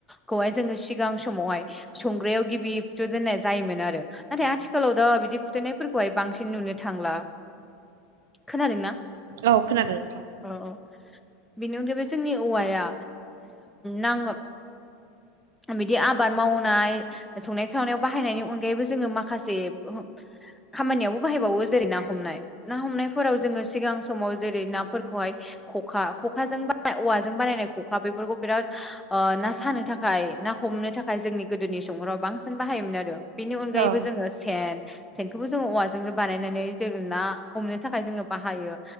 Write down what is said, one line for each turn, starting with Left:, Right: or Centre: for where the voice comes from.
Centre: खौहाय जोङो सिगां समावहाय संग्रायाव गिबिथ' दोननाय जायोमोन आरो। नाथाय आथिखालाव दा बिदि फुथुनायफोरखौहाय बांसिन नुनो थांला खोनादोंना
Right: औ खोनादों नोंथां।
Centre: अ अ बेनि अनगायैबो जोंनि औवाया नांगो बिदि आबाद मावनाय। संनाय खावनायाव बाहायनायनि अनगायैबो जोङो माखासे ओहो खामानियावबो बाहायबावो जेरै ना हमनाय। ना हमनायफोराव जोङो सिगां समाव जेरै नाफोरखौहाय खखा ख खाजों बा औवाजों बानायनाय खखा बेफोरखौ बेराद ओ ना सानो थाखाय ना हमनो थाखाय जोंनि गोदोनि समफोराव बांसिन बाहायोमोन आरो। बिनि अनगायैबो
Right: औ
Centre: जोङो सेन सेनखौबो जोङो औवाजों बानायनानै जों ना हमनो थाखाय जोङो बाहायो‌।